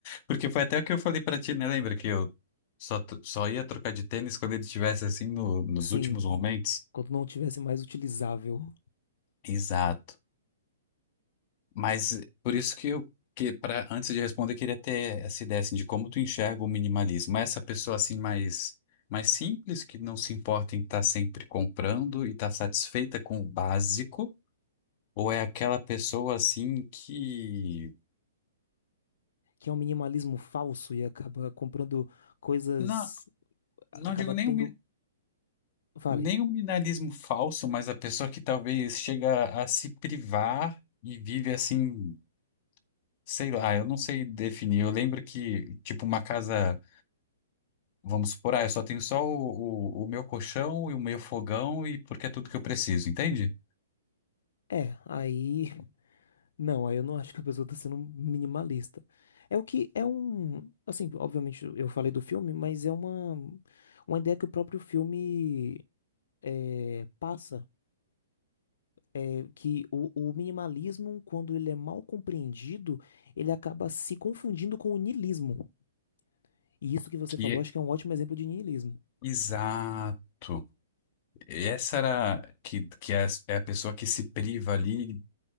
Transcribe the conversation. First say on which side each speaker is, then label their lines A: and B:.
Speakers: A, on the left; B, on the left.
A: Porque foi até o que eu falei pra ti, né? Lembra que eu só, t- só ia trocar de tênis quando ele estivesse assim no- nos
B: Sim,
A: últimos momentos?
B: quando não tivesse mais utilizável.
A: Exato. Mas por isso que eu, que para antes de responder, eu queria ter essa ideia assim, de como tu enxerga o minimalismo. Essa pessoa assim mais mais simples, que não se importa em estar sempre comprando e estar satisfeita com o básico, ou é aquela pessoa assim que
B: que é um minimalismo falso e acaba comprando coisas,
A: não
B: acaba
A: não digo nem
B: tendo,
A: o, mi-
B: vale.
A: nem o minimalismo falso, mas a pessoa que talvez chega a se privar e vive assim, sei lá, eu não sei definir. Eu lembro que, tipo, uma casa, vamos supor, ah, eu só tenho só o, o, o meu colchão e o meu fogão e porque é tudo que eu preciso, entende?
B: É, aí <laughs> não, aí eu não acho que a pessoa tá sendo minimalista. É o que é um, assim, obviamente eu falei do filme, mas é uma uma ideia que o próprio filme é, passa. É que o, o minimalismo, quando ele é mal compreendido, ele acaba se confundindo com o niilismo. E isso que você
A: Que
B: falou,
A: é-
B: acho que é um ótimo exemplo de niilismo.
A: Exato. Essa era que, que é a é a pessoa que se priva ali